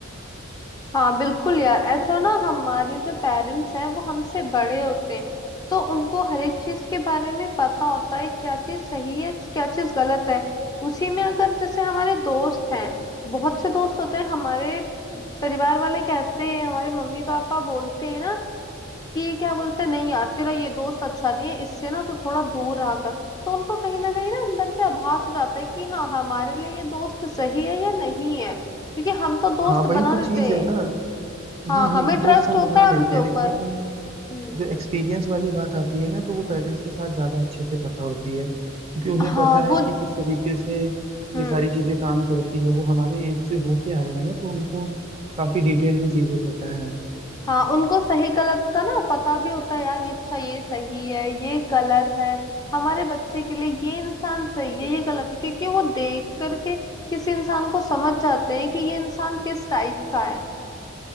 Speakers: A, on the left; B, on the right.
A: हाँ बिल्कुल यार ऐसा ना हमारे जो पेरेंट्स हैं वो हमसे बड़े होते हैं तो उनको हर एक चीज के बारे में पता होता है क्या चीज सही है क्या चीज गलत है उसी में अगर जैसे हमारे दोस्त हैं बहुत से दोस्त होते हैं हमारे परिवार वाले कहते हैं हमारे मम्मी पापा बोलते हैं ना कि क्या बोलते हैं, नहीं यार तेरा ये दोस्त अच्छा नहीं है इससे ना तू थोड़ा दूर रहा कर तो उनको कहीं ना कहीं ना अंदर से आभास हो जाता है कि हाँ हमारे लिए ये दोस्त सही है या नहीं है क्योंकि हम तो दोस्त
B: हाँ वही
A: बना
B: तो
A: लेते
B: चीज है
A: हैं
B: ना हम्म
A: हाँ हमें
B: हम्म दोस्त
A: ट्रस्ट
B: हम
A: होता
B: बना
A: है
B: लेते
A: उनके ऊपर
B: हैं लेकिन
A: हम्म
B: जो एक्सपीरियंस वाली बात आती है ना तो वो पेरेंट्स के साथ ज्यादा अच्छे से पता होती है क्योंकि उन्हें
A: हाँ
B: पता
A: वो
B: है कि किस तरीके से
A: हम्म
B: ये सारी चीजें काम करती है वो हमारे एज से होके आए हैं ना तो उनको काफी डिटेल में चीजें पता है
A: हाँ उनको सही गलत का ना पता भी होता है यार ये अच्छा ये सही है ये गलत है हमारे बच्चे के लिए ये इंसान सही है ये गलत है क्योंकि वो देख करके किसी इंसान को समझ जाते हैं कि ये इंसान किस टाइप का है